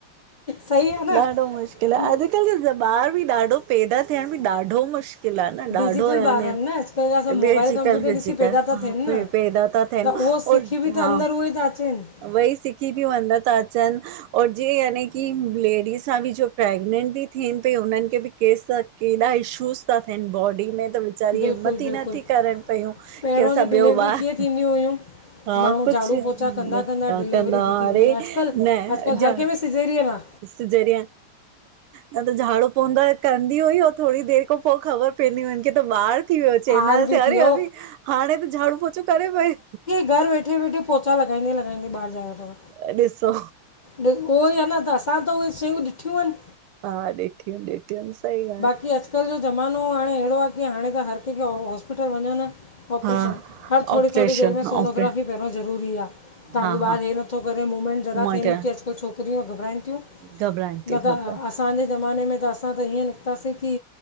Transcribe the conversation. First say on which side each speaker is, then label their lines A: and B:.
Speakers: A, on the left; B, on the right.
A: सही आ न।
B: ॾाढो मुश्किल आहे अॼुकल्ह जा ॿार ॿि ॾाढो पैदा थियण में ॾाढो मुश्कुल <unintelligible>
A: डिजिटल ॿार आहिनि न अॼुकल्ह जा सभु मोबाइल कंप्यूटर ॾिसी पैदा था थियनि न
B: पैदा था थियनि
A: त उहो सिखी
B: और
A: बि त
B: हा
A: अंदरि उहे ई था अचनि
B: वई सिखी ॿि अदर था अचनि और जीअं यानी की लेडीस सां ॿि जो प्रेगनेंट थी थियनि पई उन्हनि खे ॿि केस केॾा इशूज़ था थियनि बॉडी में त वेंचारी
A: बिल्कुलु
B: हिम्मत ई
A: बिल्कुलु
B: नथी करनि पियूं
A: पहिरों
B: की असां
A: जी
B: ॿियो
A: डिलेवरी
B: बार
A: कीअं थींदियूं हुयूं
B: <unintelligible>
A: माण्हू झाड़ू पोछा कंदा कंदा डिलेवरी थी थी वञे अॼुकल्ह अॼुकल्ह हर कंहिंमें सिजेरियन आ।
B: सिजेरियन न त झाड़ू पोंदा कंदी हुई, ऐं थोरी देरि खां पोइ ख़बर पवंदी हुई उनखे त ॿार थी वियो चईंदास
A: ॿार बि थी
B: अरे
A: वियो
B: अभी हाणे त झाड़ू पोछो करे पई?
A: घर् वेठे- वेठे पोचा लॻाईंदे- लागाईंदे ॿार् जायो तव।
B: अ ॾिसो।
A: ब उहो ई आहे न, त असां ब् त उहे शयूं ॾिठियूं आहिन्।
B: हा ॾिठी अन ॾि ट्यूम्पल <unintelligible>
A: बाक़ी अॼुकल्ह जो ज़मानो आहे, हाणे अहिड़ो आहे की हाणे त हर कंहिंखे हॉस्पिटल वञन्? ऑपरेशन्,
B: हा
A: हर थोरी
B: ऑपरेशन
A: थोरी देरि में सोनोग्राफी
B: ऑपरे
A: पहिरियों ज़रूरी आह। तहांजो
B: हा
A: ॿारु
B: हा
A: हे नथो करे, मूमेंट ज़रा
B: मां
A: बी
B: चयो
A: नथी अचे। <unintelligible> त छोकिरियूं घबराइनि थियूं,
B: घबराए
A: न
B: थी घबराए
A: त असांजे ज़माने में त असां त ईअं पासे थी,